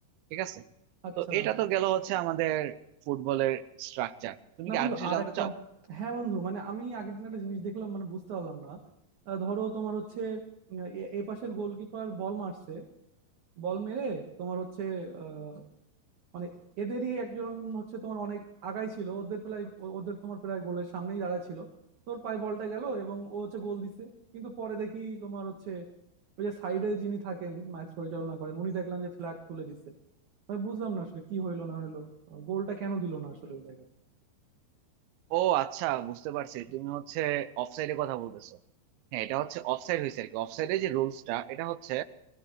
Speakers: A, on the right; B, on the right.
A: ঠিক আছে
B: আচ্ছা
A: তো এটা তো গেল হচ্ছে আমাদের ফুটবলের স্ট্রাকচার তুমি
B: না
A: কি
B: বন্ধু
A: আর কিছু
B: আর
A: জানতে
B: একটা
A: চাও
B: হ্যাঁ বন্ধু মানে আমি আগের দিন একটা জিনিস দেখলাম মানে বুঝতে পারলাম না আহ, ধরো তোমার হচ্ছে উম, এ এ পাশের গোলকিপার বল মারছে বল মেরে তোমার হচ্ছে আহ, মানে এদেরই একজন হচ্ছে তোমার অনেক আগাই ছিল ওদের প্রায় ও- ওদের তোমার প্রায় গোলের সামনেই দাঁড়ায় ছিল তোর পায়ে বলটা গেল এবং ও হচ্ছে গোল দিছে কিন্তু পরে দেখি তোমার হচ্ছে ওই যে সাইডে যিনি থাকেন ম্যাচ পরিচালনা করেন উনি দেখলাম যে ফ্ল্যাগ তুলে দিছে আমি বুঝলাম না আসলে কি হইলো না হইলো গোলটা কেন দিল না আসলে ওই জায়গায়
A: ও আচ্ছা বুঝতে পারছি তুমি হচ্ছে অফসাইডের কথা বলতেছো হ্যাঁ এটা হচ্ছে অফসাইড হয়েছে আর কি অফসাইডের যে রুলসটা এটা হচ্ছে